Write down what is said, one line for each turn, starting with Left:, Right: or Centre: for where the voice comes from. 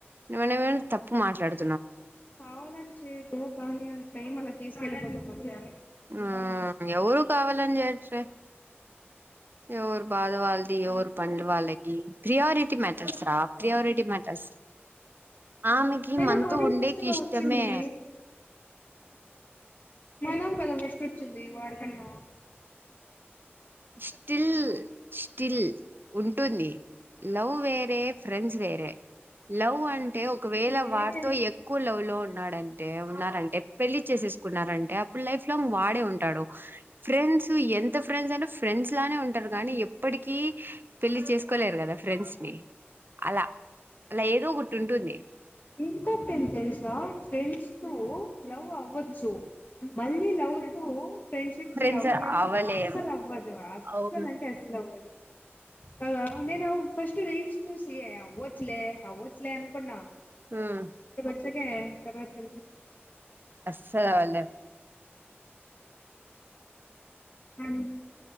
Right: మనం ఏమ్ తప్పు మాట్లాడు
Left: కావాలని చేయదు కానీ అ టైం అలా తీసుకెళ్ళిపోతద్ <unintelligible>
Right: ఆ ఎవరు కావాలని చేయట్లే, ఎవరు బాధ వాలది ది ఎవరు పనులు వాళ్లకి ప్రియారిటీ మ్యాటర్స్ రా ప్రియారిటీ మ్యాటర్స్ ఆమెకి
Left: అయినా
Right: మనతు
Left: మనం
Right: ఉండే
Left: ఫస్ట్
Right: కిష్టమే
Left: గా వచ్చింది మనం కదా ఫస్టోచ్చింది వాడికన్నా
Right: స్టిల్ స్టిల్ ఉంటుంది లవ్ వేరే ఫ్రెండ్స్ వేరే లవ్ అంటే ఒకవేళ
Left: వేరే
Right: వారితో ఎక్కువ లవ్ లో ఉం ఉన్నాడంటే ఉన్నారంటే పెళ్లి చేసేసుకున్నారండి ప్పుడులై వాడే ఉంటాడు ఫ్రెండ్స్ ఎంత ఫ్రెండ్స్ అయినా ఫ్రెండ్స్ లానే ఉంటారు కానీ ఎప్పటికీ పెళ్లి చేసుకోలేరు కదా ఫ్రెండ్స్ ని అలా అలా ఏదో ఒకటి ఉంటుంది
Left: ఇంకొకటేం తెలుసా ఫ్రెండ్స్ తో లవ్ అవ్వచ్చు మళ్ళీ లవ్తూ ఫ్రెండ్షిప్
Right: ఫ్రెండ్స్
Left: కి అవ్వడం
Right: అవ్వలేం
Left: అస్సలు అవ్వదు అస్సలు
Right: అవును
Left: అంటే అస్సలు అవ్వదు కాగా నేను ఫస్ట్ రీల్స్ చూసి అవచ్చలే అవచ్చలే అన్కన్నా
Right: హ్మ్
Left: తర్వాత తెల్
Right: అస్సలవ్వలేం
Left: అ